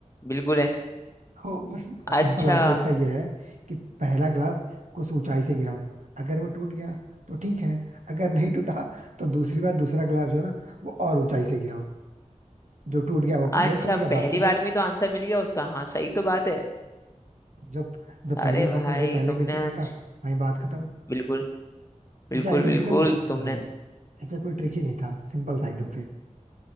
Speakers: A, on the left; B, on the right.
A: बिल्कुल है
B: हो बस
A: अच्छा
B: सिंपल आंसर इसका ये है कि पहला ग्लास कुछ ऊंचाई से गिराओ अगर वो टूट गया तो ठीक है अगर नहीं टूटा तो दूसरी बार दूसरा ग्लास जो है ना वो और ऊंचाई से गिराओ जो टूट गया वो
A: अच्छा
B: पहले ही टूट गया
A: पहली
B: बात खत्म
A: बार में तो आंसर मिल गया उसका हाँ सही तो बात है
B: जो जो पहली
A: अरे
B: मतलब
A: भाई
B: जो पहले
A: तुमने
B: गिर के टूटा
A: आज
B: वही बात खत्म
A: बिल्कुल
B: क्योंकि
A: बिल्कुल
B: आइडेंटिकल
A: बिल्कुल
B: ग्लासेस
A: तुमने
B: है भाई इसमें कोई ट्रिक ही नहीं था सिंपल था एकदम से